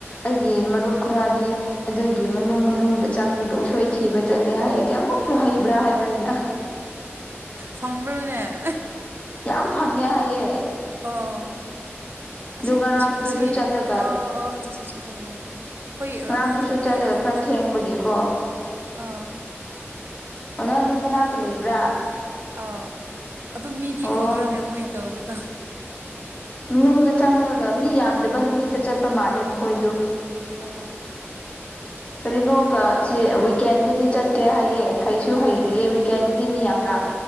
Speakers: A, on the left; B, on the right.
A: ꯑꯩꯒꯤ ꯃꯔꯨꯞ ꯈꯔꯗꯤ ꯑꯗꯨꯒꯤ ꯃꯅꯨꯡ ꯃꯅꯨꯡꯗ ꯆꯪꯂꯪꯂꯒ ꯎꯁꯣꯏ ꯊꯤꯕ ꯆꯠꯂꯦ ꯍꯥꯏꯔꯒꯦ ꯑꯃꯨꯛꯁꯨ ꯍꯩꯕ꯭ꯔꯥ ꯍꯥꯏꯕ ꯑꯩꯅ
B: ꯐꯪꯕ꯭ꯔꯥꯅꯦ
A: ꯌꯥꯝ ꯐꯪꯉꯦ ꯍꯥꯏꯌꯦ
B: ꯑꯥ ꯑꯁꯤ
A: ꯑꯗꯨ ꯉꯔꯥꯡꯗꯨꯁꯨ
B: ꯆꯤꯡ ꯑꯁꯤ
A: ꯆꯠꯂꯒ
B: ꯑꯥ ꯑꯥ ꯆꯠ ꯆꯠ ꯍꯣꯏ ꯍꯣꯏ ꯍꯣꯏ ꯐꯅꯤ ꯑꯩꯈꯣꯏ
A: ꯉꯔꯥꯡꯗꯨꯁꯨ
B: ꯑꯗꯨ ꯑꯩꯈꯣꯏ
A: ꯆꯠꯂꯒ
B: ꯑꯗꯨ
A: ꯈꯔ
B: ꯃꯅꯥꯛ
A: ꯊꯦꯡꯕꯒꯤꯀꯣ
B: ꯑꯥ
A: ꯑꯣ ꯅꯪ ꯑꯗꯨ ꯃꯅꯥꯛꯇ ꯂꯩꯕ꯭ꯔꯥ
B: ꯑꯥ ꯑꯗꯨꯣ ꯃꯤꯗꯤ
A: ꯑꯣ
B: ꯎꯗ꯭ꯔꯣꯅꯦ ꯃꯣꯏ ꯇꯧꯕꯗ
A: ꯅꯨꯡꯗ ꯆꯪꯈ꯭ꯔꯒ ꯃꯤ ꯌꯥꯝꯗꯕ ꯅꯨꯃꯤꯠꯇ ꯆꯠꯄ ꯃꯥꯜꯂꯦ ꯃꯈꯣꯏꯗꯨ
B: ꯑꯥ
A: ꯀꯔꯤꯅꯣꯀ ꯁꯤ ꯋꯤꯛꯀꯦꯟꯗꯗꯤ ꯆꯠꯇꯦ ꯍꯥꯏꯌꯦ ꯍꯩꯁꯨ ꯍꯩꯔꯤꯌꯦ
B: ꯑꯥ
A: ꯀꯦꯟꯗꯗꯤ ꯃꯤ ꯌꯥꯝ ꯂꯥꯛ